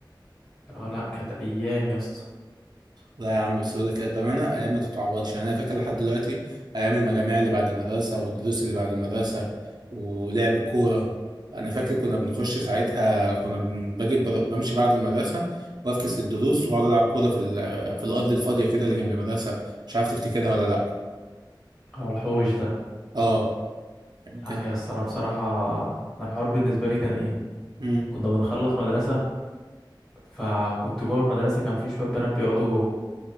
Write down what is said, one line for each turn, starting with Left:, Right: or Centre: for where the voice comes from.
Centre: لا لا كانت ايام يا اسطى
Right: لا يا عم بس بقول لك بامانه ايام ما تتعوضش يعني انا فاكر لحد دلوقتي ايام المجاميع اللي بعد المدرسه والدروس اللي بعد المدرسه ولعب الكوره انا فاكر كنا بنخش ساعتها كنا بن- باجي بر- بمشي بعد المدرسه وافكس للدروس واقعد العب كوره في ال- في الارض الفاضيه كده اللي جنب المدرسه مش عارف تفتكرها ولا لا
Centre: اه الحوش ده
Right: اه يمكن
Centre: لا يا اسطى انا بصراحة انا الحوار بالنسبة لي كان ايه
Right: مم.
Centre: كنا بنخلص مدرسة فكنت جوه المدرسة كان في شوية بنات بيقعدوا جوه